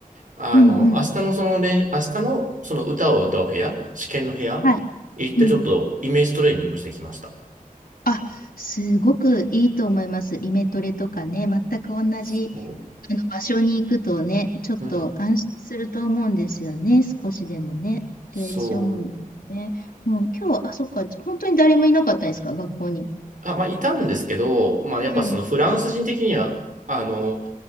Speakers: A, on the right; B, on the left.
A: あの、
B: うん、
A: 明日のその練、
B: うん、
A: 明日のその歌を歌う部屋、試験の部屋、
B: はい。
A: 行ってちょっとイメージトレーニングしてきました。
B: うんあ、すごくいいと思います。イメトレとかね、全く同じ
A: そ
B: あの場所に行くとね、ちょっと安心すると思うんですよね、
A: う。うん。
B: 少しでもね。
A: そう。
B: で、しょうもんね。もう今日、あ、そっか、本当に誰もいなかったですか、学校に。
A: あ、まあ、いたんですけど、まあ、やっぱそのフランス人的には、
B: うん、
A: あの、